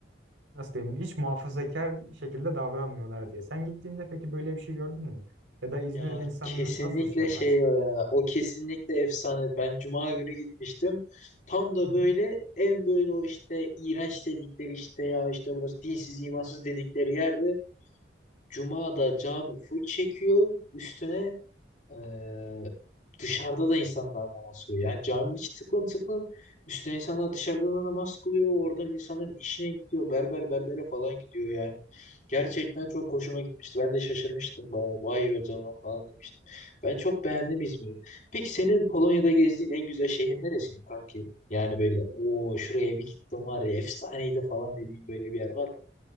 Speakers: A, on the right; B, on the left.
A: nasıl diyeyim hiç muhafazakar şekilde davranmıyorlar diye. Sen gittiğinde peki böyle bir şey gördün mü? Ya da İzmir'in
B: Ya
A: insanını
B: kesinlikle
A: nasıl şey yaparsın?
B: şey o ya. O kesinlikle efsane. Ben cuma günü gitmiştim. Tam da
A: Hı
B: böyle
A: hı.
B: en böyle o işte iğrenç dedikleri işte ya işte burası dinsiz imansız dedikleri yerde. Cuma'da cami full çekiyor. Üstüne Ee, dışarıda da insanlar namaz kılıyor. Yani caminin içi tıklım tıklım. Üstüne insanlar dışarıdan da namaz kılıyor. Oradan insanların işine gidiyor. Berber berbere falan gidiyor yani. Gerçekten çok hoşuma gitmişti. Ben de şaşırmıştım. Vay, vay be canına falan demiştim. Ben çok beğendim İzmir'i. Peki senin Polonya'da gezdiğin en güzel şehir neresiydi kanki? Yani böyle o şuraya bir gittim var ya efsaneydi falan dediğin böyle bir yer var mı?